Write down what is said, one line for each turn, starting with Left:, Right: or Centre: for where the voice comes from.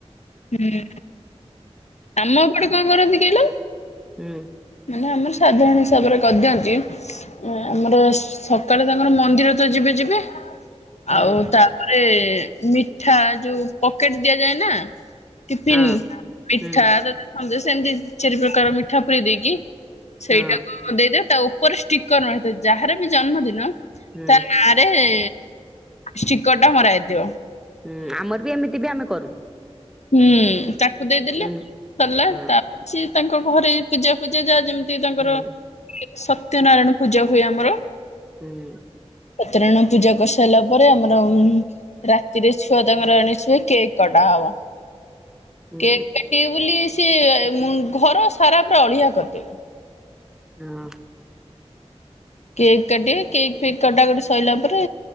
Left: ହୁଁ ଆମ ଏପଟେ କଣ କରନ୍ତି କହିଲ?
Centre: ହୁଁ
Left: ମାନେ ଆମର! ସାଧାରଣ ହିସାବରେ କରିଦିଅନ୍ତି ଉଁ ଆମର ସକାଳେ ତାଙ୍କର ମନ୍ଦିର ତ ଯିବେ ଯିବେ।
Centre: ହଁ
Left: ଆଉ ତାପରେ ମିଠା ଯୋଉ ପକେଟ ଦିଆଯାଏ ନା ଟିଫନ୍
Centre: ହଁ
Left: ମିଠା
Centre: ହୁଁ
Left: ତ ସନ୍ଦେସ ଏମିତି ଚାରି ପ୍ରକାର ମିଠା ପୁରେଇ ଦେଇକି ସେଇଟାକୁ
Centre: ହଁ
Left: ଦେଇଦେବେ ତା ଉପରେ ଷ୍ଟିକର ରହିଥାଉ ଯାହାର ବି ଜନ୍ମଦିନ।
Centre: ହୁଁ
Left: ତା ନାରେ ଏ ଷ୍ଟିକରଟା ମରା ହେଇଥିବ।
Centre: ହୁଁ ଆମର ବି ଏମିତି ବି ଆମେ କରୁ।
Left: ହୁଁ ତାକୁ ଦେଇଦେଲେ
Centre: ଏମିତି
Left: ସରିଲ
Centre: ହଁ
Left: ତା ପରେ ସିଏ ତାଙ୍କ ଘରେ ପୂଜା ଫୂଜା ଯାହା ଯେମିତି ତାଙ୍କର
Centre: ହୁଁ
Left: ସତ୍ୟନାରାୟଣ ପୂଜା ହୁଏ ଆମର।
Centre: ହୁଁ।
Left: ସତରଣ ପୂଜା କରିସାରିଲା ପରେ ଆମର ଉଁ ରାତିରେ ଛୁଆ ତାଙ୍କର ଆଣି ଆସିବେ କେକ୍ କଟା ହବ।
Centre: ହୁଁ
Left: କେକ୍ କାଟିବେ ବୋଲି ସେ ମୁଁ ଘର ସାରା ପରା ଅଳିଆ କରିଦେବେ।
Centre: ହଁ।
Left: କେକ୍ କାଟିବେ କେକ୍ ଫେକ କଟାକଟି ସଇଲା ପରେ